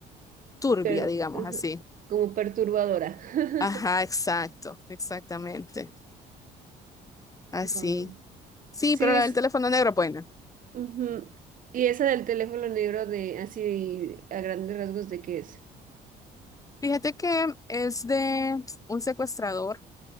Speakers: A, on the left; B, on the right.
A: turbia,
B: per-
A: digamos
B: ajá,
A: así.
B: Como perturbadora. <laughs>
A: Ajá, exacto, exactamente. Así.
B: Wow.
A: Sí,
B: Sí,
A: pero la
B: es,
A: del teléfono negro, bueno.
B: ujú. Y esa del teléfono negro de así a grandes rasgos de qué es.
A: Fíjate que es de un secuestrador,